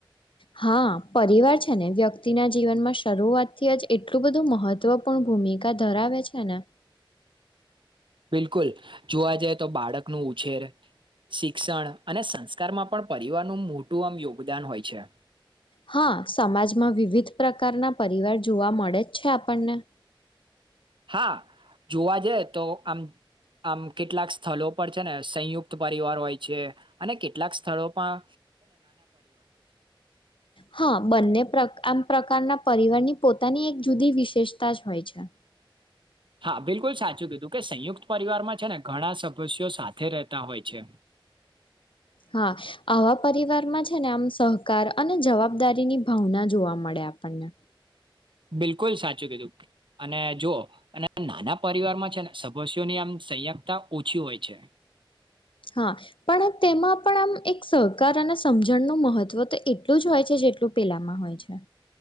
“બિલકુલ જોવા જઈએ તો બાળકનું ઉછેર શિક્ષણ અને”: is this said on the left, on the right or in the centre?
Right